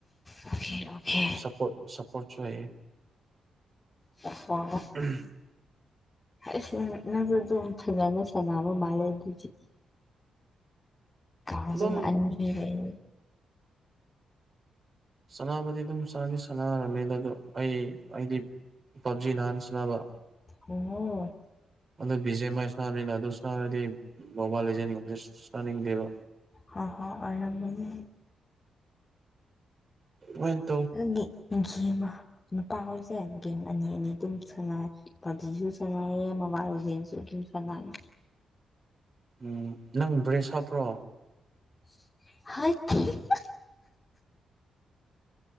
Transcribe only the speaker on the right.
ꯁꯄꯣꯠꯇ ꯁꯄ‌ꯣꯔꯠꯁꯨ ꯍꯩꯌ‌ꯦ
<inaudible>
ꯑꯗꯨꯝ
ꯁꯥꯟꯅꯕꯗꯤ ꯑꯗꯨꯝ ꯁꯥꯟꯅꯗꯤ ꯁꯥꯟꯅꯔꯝꯃꯦꯗ ꯑꯗꯣ ꯑꯩ ꯑꯩꯗꯤ ꯄꯞꯖꯤ ꯅꯥꯍꯥꯟ ꯁꯥꯟꯅꯕ
ꯑꯗꯨ ꯕꯤ ꯖꯦꯝ ꯃꯥꯏ ꯁꯅꯥꯅꯕꯅꯤꯅ ꯑꯗꯨ ꯁꯥꯟꯔꯗꯤ ꯃꯣꯕꯥꯏꯜ ꯂꯤꯖ‌ꯦꯟ ꯒꯨꯝꯕꯁꯤ ꯁꯟꯅꯥꯅꯤꯡꯗ‌ꯦꯕ
ꯍ‌ꯣꯏꯅ‌ꯦ
ꯎꯝ ꯅꯪ ꯕ꯭ꯔꯦꯁ ꯍꯥꯞꯄ꯭ꯔꯣ